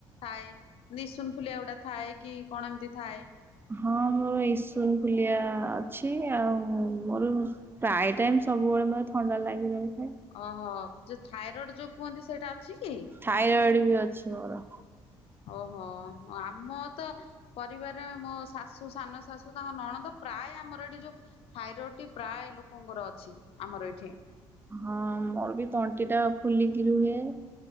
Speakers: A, on the left (about 70°); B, on the right (about 20°).
A: ଥାଏ ନିସୁନ ଫୁଲିଆ ଗୁଡ଼ା ଥାଏ କି କଣ ଏମିତି ଥାଏ?
B: ହଁ ମୋର ଇସୁନ ଫୁଲିଆ ଅଛି ଆଉ ମୋର ପ୍ରାୟ ଟାଇମ ସବୁବେଳେ ମତେ ଥଣ୍ଡା ଲାଗି ରହେ
A: ଓହୋ ଯୋଉ ଥାଇରଏଡ଼ ଯୋଉ କୁହନ୍ତି ସେଇଟା ଅଛି କି?
B: ଥାଇରଏଡ଼ ବି ଅଛି ମୋର
A: ଓହୋ ଆମ ତ ପରିବାରରେ ମୋ ଶାଶୁ ସାନ ଶାଶୁ ତାଙ୍କ ନଣନ୍ଦ ପ୍ରାୟ ଆମର ଏଠି ଯୋଉ ଥାଇରଏଡ଼ଟି ପ୍ରାୟ ଲୋକଙ୍କର ଅଛି ଆମର ଏଇଠି
B: ହଁ ମୋର ବି ତଣ୍ଟି ଟା ଫୁଲିକି ରୁହେ।